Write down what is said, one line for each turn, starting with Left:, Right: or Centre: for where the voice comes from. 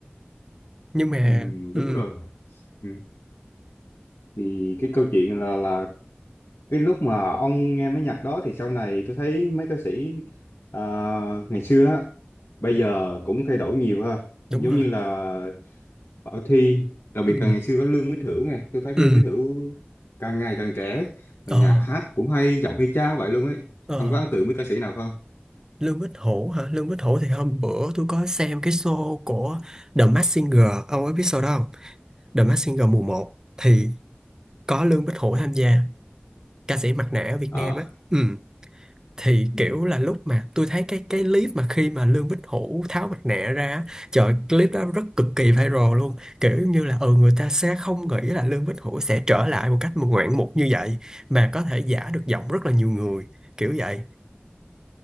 Right: nhưng mà
Left: ừ,
Right: ừ
Left: đúng rồi ừ. thì cái câu chuyện là là cái lúc mà ông nghe mấy nhạc đó thì sau này tôi thấy mấy ca sĩ à, ngày xưa á bây giờ cũng thay đổi nhiều ha
Right: đúng
Left: giống
Right: rồi
Left: như là Bảo Thy đặc biệt
Right: ừ
Left: là ngày xưa có Lương Mỹ Thửu nè tôi thấy
Right: ừ
Left: Lương Mỹ Thửu càng ngày càng trẻ và
Right: ờ
Left: nhạc hát cũng hay giọng y chang vậy luôn ấy
Right: ờ
Left: ông có ấn tượng với ca sĩ nào không
Right: Lương Bích Hữu hả Lương Bích Hữu thì hôm bữa tôi có xem cái show của The Masked Singer ông ấy biết show đó không The Masked Singer mùa một thì có Lương Bích Hữu tham gia ca sĩ mặt nạ ở Việt
Left: Ờ,
Right: Nam á ừ thì
Left: ừ,
Right: kiểu là lúc mà tôi thấy cái cái clip mà khi mà Lương Bích Hữu tháo mặt nạ ra á, trời ơi, clip đó rất cực kỳ viral luôn kiểu như là ừ người ta sẽ không nghĩ là Lương Bích Hữu sẽ trở lại một cách mà ngoạn mục như vậy mà có thể giả được giọng rất là nhiều người kiểu vậy